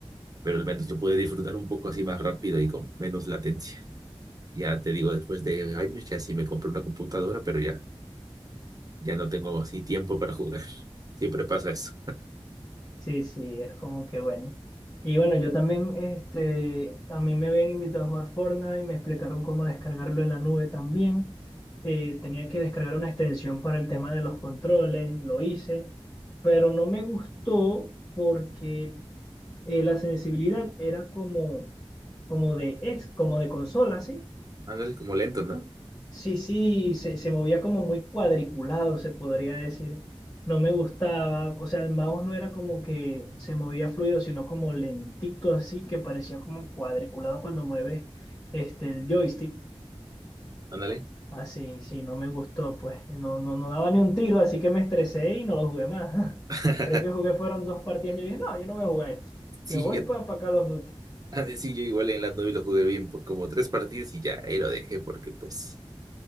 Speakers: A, on the right; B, on the left.
A: pero al menos lo pude disfrutar un poco así más rápido y con menos latencia. Ya te digo, después de años ya sí me compré una computadora, pero ya, ya no tengo así tiempo para jugar. Siempre pasa eso.
B: Sí, sí, es como que bueno. Y bueno, yo también, este, a mí me habían invitado a jugar Fortnite, me explicaron cómo descargarlo en la nube también. Eh, tenía que descargar una extensión para el tema de los controles, lo hice, pero no me gustó porque eh, la sensibilidad era como, como de ex, como de consola, ¿sí?
A: Ándale, como lento, ¿no?
B: Sí, sí, se, se movía como muy cuadriculado, se podría decir. No me gustaba, o sea, el mouse no era como que se movía fluido, sino como lentito así, que parecía como cuadriculado cuando mueves este, el joystick.
A: Ándale.
B: Así, sí, no me gustó, pues no, no, no daba ni un tiro, así que me estresé y no lo jugué más. <laughs>
A: <laughs>
B: Creo que jugué fueron dos partidas y yo dije, no, yo no voy a jugar esto.
A: Sí,
B: Me voy
A: yo,
B: para Call of Duty.
A: ah, sí, yo igual en la nube lo jugué bien por como tres partidas y ya ahí lo dejé porque pues,